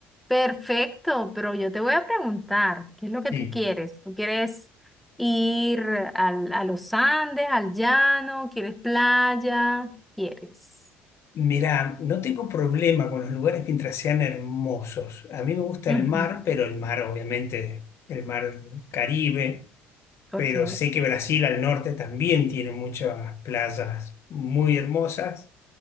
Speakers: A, in the centre; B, on the left.
A: perfecto, pero yo te voy a preguntar, ¿qué es lo que
B: Sí.
A: tú quieres? ¿Tú quieres ir al- a los Andes, al llano? ¿Quieres playa? ¿Quieres?
B: Mirá, no tengo problema con los lugares mientras sean hermosos. A mí me gusta
A: Ujú,
B: el mar, pero el mar, obviamente, el mar Caribe,
A: Ok,
B: pero sé que Brasil al norte también tiene muchas playas muy hermosas